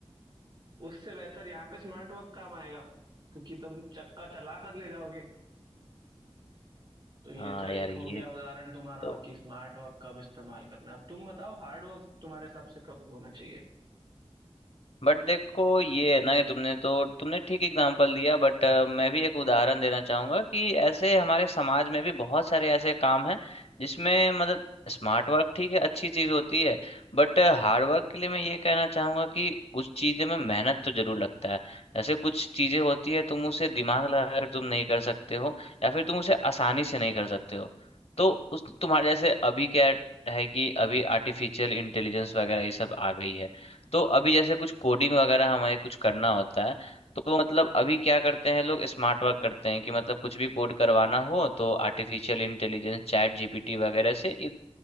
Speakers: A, on the right; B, on the left.
A: उससे बेहतर यहाँ पे स्मार्ट वर्क काम आएगा क्योंकि तुम चक्का चला कर ले जाओगे तो ये
B: हाँ
A: तो एक
B: यार ये
A: हो गया उदाहरण तुम्हारा
B: तो
A: कि स्मार्ट वर्क कब इस्तेमाल करना है अब तुम बताओ हार्ड वर्क तुम्हारे हिसाब से कब होना चाहिए
B: बट देखो ये है ना कि तुमने तो तुमने ठीक एग्जांपल दिया बट मैं भी एक उदाहरण देना चाहूंगा कि ऐसे हमारे समाज में भी बहुत सारे ऐसे काम हैं जिसमें मतलब स्मार्ट वर्क ठीक है अच्छी चीज होती है बट हार्ड वर्क के लिए मैं ये कहना चाहूंगा कि कुछ चीजें में मेहनत तो जरूर लगता है जैसे कुछ चीजें होती है तुम उसे दिमाग लगा कर तुम नहीं कर सकते हो या फिर तुम उसे आसानी से नहीं कर सकते हो तो उस तुम्हारे जैसे अभी क्या है कि अभी आर्टिफिशियल इंटेलिजेंस वगैरह ये सब आ गई है तो अभी जैसे कुछ कोडिंग वगैरह हमें कुछ करना होता है तो मतलब अभी क्या करते हैं लोग स्मार्ट वर्क करते हैं कि मतलब कुछ भी कोड करवाना हो तो आर्टिफिशियल इंटेलिजेंस चैट जीपीटी वगैरह से